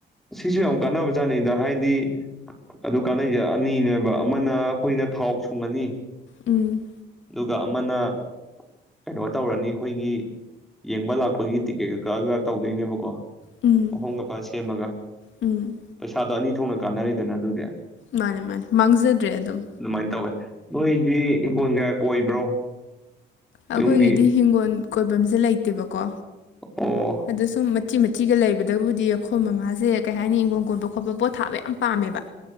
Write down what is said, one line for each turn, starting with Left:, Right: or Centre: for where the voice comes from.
Centre: ꯁꯤꯁꯨ ꯌꯥꯝ ꯀꯥꯟꯅꯕ ꯖꯥꯠ ꯀꯥꯅꯩꯗ ꯍꯥꯏꯗꯤ ꯑꯗꯨ ꯀꯥꯟꯅꯩꯁꯦ ꯑꯅꯤꯅꯦꯕ ꯑꯃꯅ ꯑꯩꯈꯣꯏꯅ ꯊꯥꯎ ꯁꯨꯡꯉꯅꯤ
Left: ꯎꯝ
Centre: ꯑꯗꯨꯒ ꯑꯃꯅ ꯀꯩꯅꯣ ꯇꯧꯔꯅꯤ ꯑꯩꯈꯣꯏꯒꯤ ꯌꯦꯡꯕ ꯂꯥꯛꯄꯒꯤ ꯇꯤꯛꯀꯦꯠꯀ ꯀꯛꯒ ꯇꯧꯗꯣꯏꯅꯦꯕꯀꯣ
Left: ꯎꯝ
Centre: ꯃꯄꯥꯝꯒ ꯐꯥ ꯁꯦꯝꯃꯒ
Left: ꯎꯝ
Centre: ꯄꯩꯁꯥꯗꯣ ꯑꯅꯤ ꯊꯣꯛꯅ ꯀꯥꯟꯅꯔꯤꯗꯅ ꯑꯗꯨꯗꯤ
Left: ꯃꯥꯅꯦ ꯃꯥꯅꯦ ꯃꯥꯡꯖꯗ꯭ꯔꯦ ꯑꯗꯨꯝ
Centre: ꯑꯗꯨꯃꯥꯏꯅ ꯇꯧꯋꯦ ꯅꯣꯏꯗꯤ ꯏꯪꯒꯣꯜ ꯀꯥ ꯀꯣꯏꯕ꯭ꯔꯣ
Left: ꯑꯩꯈꯣꯏꯒꯤꯗꯤ
Centre: ꯌꯨꯝꯒꯤ
Left: ꯍꯤꯡꯈꯣꯜ ꯀꯣꯏꯐꯝꯁꯦ ꯂꯩꯇꯦꯕꯀꯣ
Centre: ꯑꯣ
Left: ꯑꯗꯨꯁꯨꯨꯝ ꯃꯆꯤ ꯃꯆꯤꯒ ꯂꯩꯕꯗꯕꯨꯗꯤ ꯑꯩꯈꯣꯏ ꯃꯃꯥꯁꯦ ꯀꯩ ꯍꯥꯏꯅꯤ ꯏꯪꯈꯣꯜ ꯀꯣꯏꯕ ꯈꯣꯠꯄ ꯄꯣꯠ ꯊꯥꯕ ꯌꯥꯝ ꯄꯥꯝꯃꯦꯕ